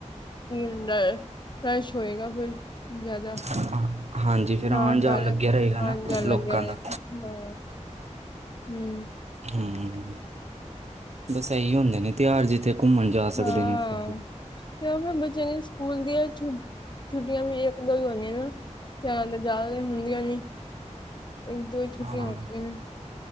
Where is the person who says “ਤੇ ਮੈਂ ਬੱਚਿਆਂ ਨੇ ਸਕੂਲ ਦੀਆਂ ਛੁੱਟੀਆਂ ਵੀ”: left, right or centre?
Left